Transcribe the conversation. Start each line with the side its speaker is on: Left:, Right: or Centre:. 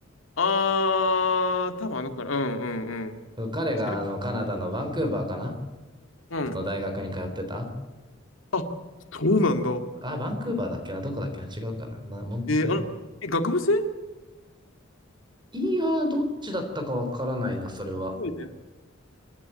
Left: ああ、多分あの子かな。うんうんうん。
Right: 彼が、
Left: 喋っ
Right: あの、カナダのバンクーバーかな
Left: うん。
Right: の大学に通ってた
Left: あ、そうなんだ。
Right: あ、バンクーバーだっけなどこだっけな違うかななもんえ
Left: えーあの、え、学部生
Right: いやー、どっちだったかわからないな、それは。
Left: そうね。